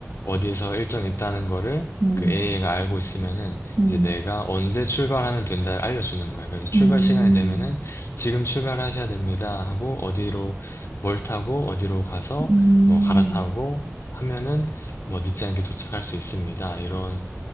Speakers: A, on the left; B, on the right.
A: 어디에서 일정 있다는 거를
B: 응,
A: 그 a 가 알고 있으면은
B: 응,
A: 이제 내가 언제 출발하면 된다 알려주는 거예요. 그래서 출발
B: 응,
A: 시간이 되면은 지금 출발하셔야 됩니다 하고 어디로 뭘 타고 어디로 가서
B: 응,
A: 뭐 갈아타고 하면은 뭐 늦지 않게 도착할 수 있습니다. 이런